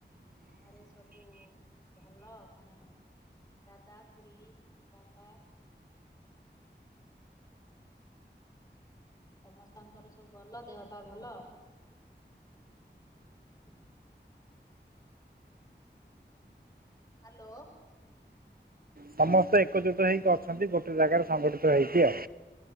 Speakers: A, on the left (about 20°); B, on the right (about 50°).
A: ଘରେ ସବୁ ଭଲ? ମାନେ ଦାଦା, ଖୁଡୀ, ବାପା ସମସ୍ତଙ୍କର ସବୁ ଭଲ ଦେହ ପା ଭଲ <unintelligible> ହ୍ୟାଲୋ।
B: ସମସ୍ତେ ଏକଜୁଟ ହେଇକି ଅଛନ୍ତି ଗୋଟେ ଜାଗାରେ ସଂଗଠିତ ହେଇକି ଆଉ।